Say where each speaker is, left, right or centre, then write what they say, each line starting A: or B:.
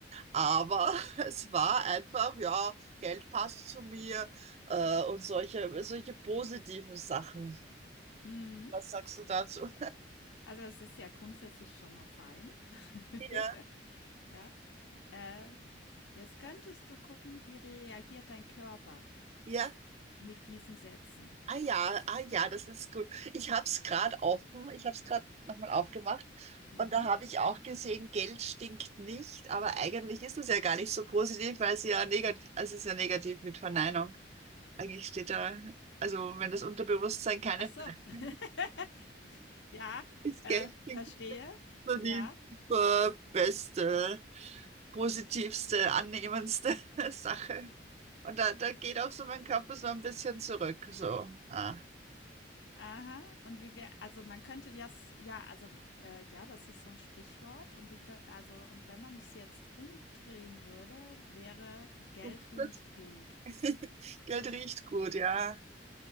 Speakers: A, on the right; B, on the left.
A: aber <laughs> es war einfach, ja, Geld passt zu mir äh, und solche, solche positiven Sachen.
B: Mhm.
A: Was sagst du dazu?
B: Also, es ist ja grundsätzlich schon mal fein. <laughs>
A: Ja,
B: Ja. Äh, jetzt könntest du gucken, wie reagiert dein Körper
A: ja.
B: mit diesen Sätzen.
A: Ah ja, ah ja, das ist gut. Ich habe es gerade offen, ich habe es gerade nochmal aufgemacht
B: Mhm.
A: und da habe ich auch gesehen, Geld stinkt nicht, aber eigentlich ist es ja gar nicht so positiv, weil es ja negativ, also es ist ja negativ mit Verneinung. Eigentlich steht da, also wenn das Unterbewusstsein keine
B: Ach so.
A: Verneinung
B: <laughs> Ja,
A: ist,
B: äh,
A: Geld stinkt
B: verstehe.
A: nicht. so die
B: Ja.
A: äh, beste, positivste, annehmendste <laughs> Sache. Und da, da geht auch so mein Körper so ein bisschen zurück. So, ah,
B: Aha. Und wie wär also, man könnte das ja, also, äh, ja, das ist so ein Sprichwort und wie kö also, und wenn man es jetzt umdrehen würde, wäre: „Geld
A: du-
B: riecht
A: das
B: gut.“
A: <laughs> Geld riecht gut, ja.